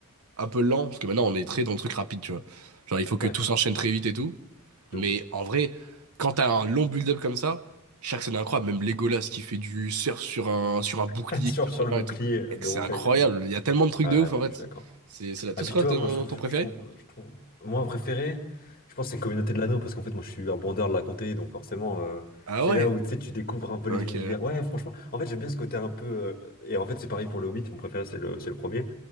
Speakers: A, on the right (about 80°); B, on the left (about 45°).
A: un peu lent, parce que maintenant on est très dans le truc rapide, tu vois. Genre il faut que
B: Ouais,
A: tout s'enchaîne très vite et tout.
B: de
A: Mais
B: ouf.
A: en vrai, quand t'as un long build-up comme ça, chaque scène est incroyable, même Legolas qui fait du surf sur un, sur un bouclier
B: <laughs> Sur,
A: qui tire
B: sur
A: sur la
B: le
A: mer
B: bouclier
A: et tout. Et
B: de
A: c'est
B: Rocaille,
A: incroyable,
B: Ouais, de ouf.
A: il y a tellement de trucs
B: Ah
A: de ouf
B: non,
A: en fait.
B: mais je suis d'accord.
A: C'est c'est là. Toi,
B: Ah puis
A: c'est quoi
B: tu
A: ton,
B: vois, moi je trouve,
A: ton préféré?
B: je trouve, je trouve, moi préféré, je pense que c'est Communauté de l'Anneau parce qu'en fait moi je suis un bandeur de la Comté, donc forcément euh,
A: Ah
B: c'est
A: ouais?
B: là où tu sais tu découvres un peu
A: Ok.
B: les univers. Ouais, franchement, en fait j'aime bien ce côté un peu euh, et en fait c'est pareil pour le Hobbit, mon préféré c'est le, c'est le premier